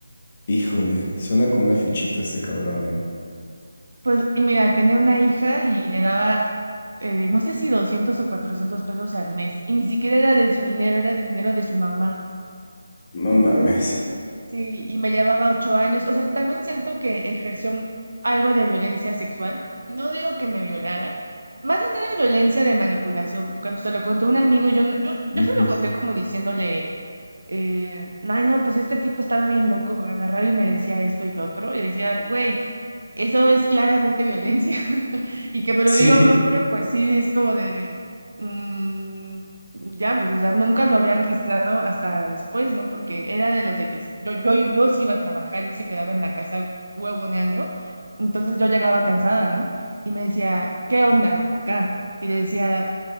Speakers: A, on the left; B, on the right.
A: Híjole, suena como una fichita este cabrón, eh.
B: Pues, y mira, tenía una hija y le daba, eh, no sé si 200 o 400 pesos al mes, y ni siquiera era de su dinero, era del dinero de su mamá.
A: No
B: Entonces,
A: mames.
B: Sí, y me llevaba ocho años. O sea, también siento que ejerció algo de violencia sexual. No digo que me violaran, más bien era violencia de manipulación. Cuando se lo conté a un amigo, yo, no- yo, yo
A: Ujú.
B: se lo conté como diciéndole, eh, ay, no, pues este tipo estaba bien loco, agarraba y me decía esto y lo otro. Y decía, güey, eso es claramente violencia. <laughs> Y que me
A: Sí.
B: lo diga un hombre, pues sí, es como de mm, diablos. O sea, nunca lo había registrado hasta después, ¿no? Porque era de los de que yo, yo, yo sí iba a trabajar, él se quedaba en la casa huevoneando. Entonces yo llegaba cansada, ¿no? Y me decía, ¿qué onda acá? Y le decía,